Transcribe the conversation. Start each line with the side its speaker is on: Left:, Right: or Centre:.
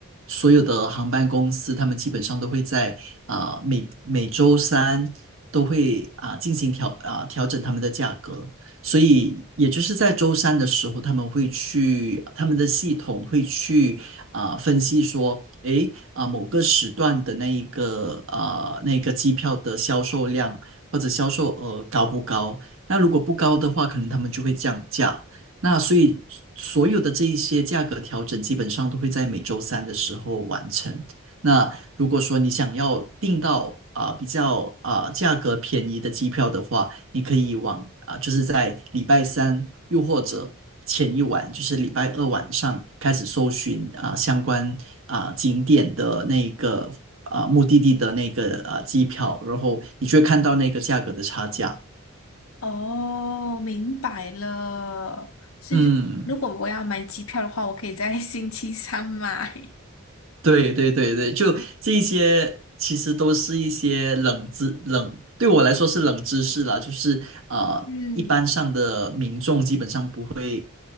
Right: 所有的航班公司他们基本上都会在呃每每周三都会啊、进行调啊、调整他们的价格，所以也就是在周三的时候，他们会去他们的系统会去啊、呃分析说，诶啊、呃某个时段的那一个啊、呃那个机票的销售量或者销售额高不高？那如果不高的话，可能他们就会降价。那所以所有的这一些价格调整，基本上都会在每周三的时候完成。那如果说你想要订到啊、呃比较啊、呃价格便宜的机票的话，你可以往啊、呃就是在礼拜三又或者前一晚，就是礼拜二晚上开始搜寻啊、呃相关啊、呃景点的那个啊、呃目的地的那个啊、呃机票，然后你就会看到那个价格的差价。
Left: 哦，明白了。所以就，
Right: 嗯。
Left: 如果我要买机票的话，我可以在 <laughs> 星期三买。
Right: 对对对对，就这一些，其实都是一些冷知冷，对我来说是冷知识啦，就是呃，
Left: 嗯，
Right: 一般上的民众基本上不会